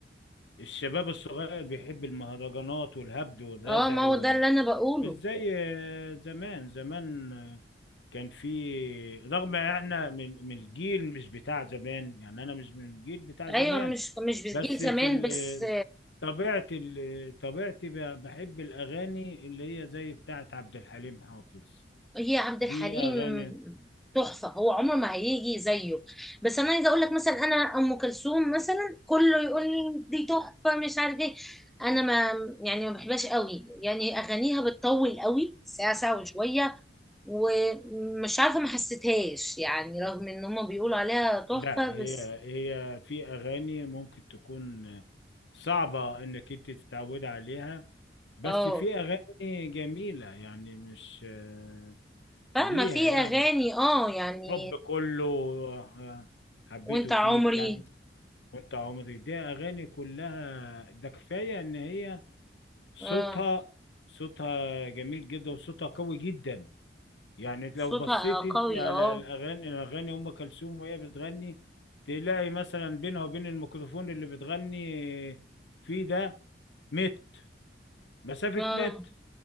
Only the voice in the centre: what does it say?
اه ما
هو ده اللي انا بقوله
ايوه
مش مش بجيل
زمان
بس
هي عبد
الحليم
تحفة هو عمر ما هيجي زيه بس انا عايزه اقول لك مثلا انا ام كلثوم مثلا كله يقول لي دي تحفة مش عارف ايه انا ما يعني ما بحبهاش قوي يعني اغانيها بتطول قوي ساعة ساعة وشوية ومش عارفة ما حسيتهاش يعني رغم ان هما بيقولوا عليها تحفة
بس
اه
فاهمة
في
اغاني اه يعني
وانت عمري
اه
صوتها
قوي
اه
اه